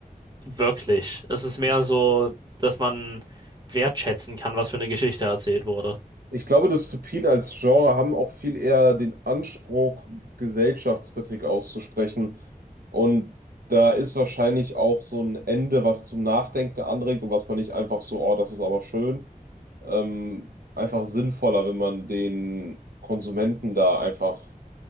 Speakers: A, on the right (about 30°); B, on the right (about 80°).
A: Wirklich. Es ist mehr
B: Ich,
A: so, dass man wertschätzen kann, was für eine Geschichte erzählt wurde.
B: ich glaube, Dystopien als Genre haben auch viel eher den Anspruch, Gesellschaftskritik auszusprechen. Und da ist wahrscheinlich auch so ein Ende, was zum Nachdenken anregt und was man nicht einfach so, oh, das ist aber schön, ähm, einfach sinnvoller, wenn man den Konsumenten da einfach